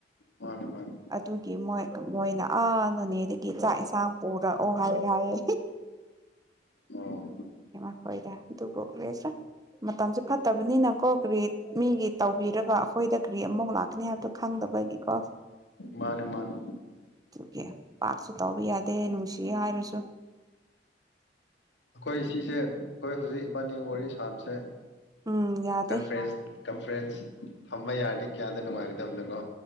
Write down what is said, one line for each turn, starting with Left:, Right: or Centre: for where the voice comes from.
Left: ꯃꯥꯅꯦ ꯃꯥꯅꯦ
Right: ꯑꯗꯨꯒꯤ ꯃꯣꯏ ꯃꯣꯏꯅ ꯑꯥ ꯅꯣꯅꯦꯗꯒꯤ ꯆꯥꯛ ꯏꯟꯁꯥꯡ ꯄꯨꯔꯛꯑꯣ ꯍꯥꯏ ꯍꯥꯏꯌꯦ
Left: ꯑꯣ
Right: ꯏꯃꯥ ꯈꯣꯏꯗ ꯑꯗꯨꯕꯨ <unintelligible> ꯃꯇꯝꯁꯨ ꯐꯠꯇꯕꯅꯤꯅꯀꯣ ꯀꯔꯤꯠ ꯃꯤꯒꯤ ꯇꯧꯕꯤꯔꯒ ꯑꯩꯈꯣꯏꯗ ꯀꯔꯤ ꯑꯃꯨꯛ ꯂꯥꯛꯀꯅꯤ ꯍꯥꯏꯕꯗꯣ ꯈꯪꯗꯕꯒꯤꯀꯣ
Left: ꯃꯥꯅꯦ ꯃꯥꯅꯦ
Right: ꯑꯗꯨꯒꯤ ꯄꯥꯛꯁꯨ ꯇꯧꯕ ꯌꯥꯗꯦ ꯅꯨꯡꯁꯤ ꯍꯥꯏꯔꯁꯨ
Left: ꯑꯩꯈꯣꯏ ꯁꯤꯁꯦ ꯑꯩꯈꯣꯏ ꯍꯧꯖꯤꯛ ꯏꯕꯥꯅꯤ ꯋꯥꯔꯤ ꯁꯥꯕꯁꯦ
Right: ꯎꯝ ꯌꯥꯗꯦ
Left: ꯀꯟꯐ꯭ꯔꯦꯟꯁ ꯀꯟꯐ꯭ꯔꯦꯟꯁ ꯊꯝꯕ ꯌꯥꯔꯗꯤ ꯀꯌꯥꯗ ꯅꯨꯡꯉꯥꯏꯒꯗꯕꯅꯣꯀꯣ